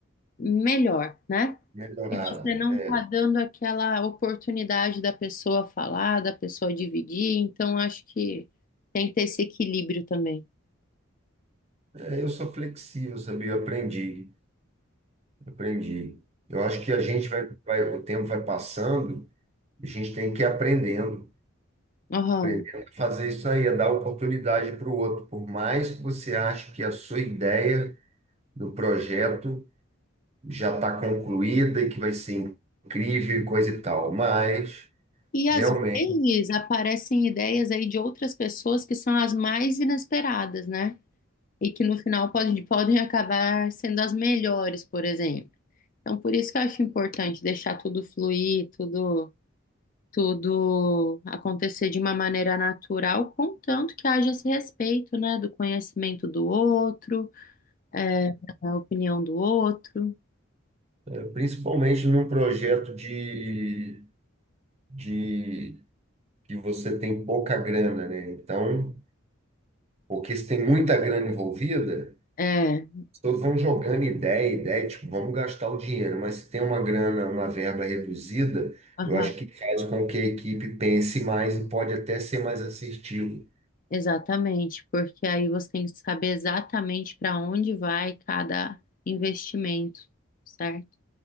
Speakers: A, on the left; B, on the right.
A: melhor, né?
B: melhorada.
A: E você não
B: É,
A: está dando aquela oportunidade da pessoa falar, da pessoa dividir, então acho que tem que ter esse equilíbrio também.
B: É, eu sou flexível, sabia? Eu aprendi. Aprendi. Eu acho que a gente vai, vai, o tempo vai passando, a gente tem que ir aprendendo,
A: Aham.
B: aprendendo a fazer isso aí, a dar oportunidade para o outro. Por mais que você ache que a sua ideia do projeto já está concluída e que vai ser incrível e coisa e tal, mas
A: E às
B: realmente,
A: vezes aparecem ideias aí de outras pessoas que são as mais inesperadas, né? E que no final podem, podem acabar sendo as melhores, por exemplo. Então, por isso que eu acho importante deixar tudo fluir, tudo. tudo acontecer de uma maneira natural, contanto que haja esse respeito, né, do conhecimento do outro, é, da opinião do outro.
B: é, principalmente num projeto de, de que você tem pouca grana, né? Então, porque se tem muita grana envolvida
A: É,
B: Todos vão jogando ideia, ideia, tipo, vamos gastar o dinheiro, mas se tem uma grana, uma verba reduzida,
A: aham,
B: eu acho que faz com que a equipe pense mais e pode até ser mais assertivo,
A: exatamente, porque aí você tem que saber exatamente para onde vai cada investimento, certo?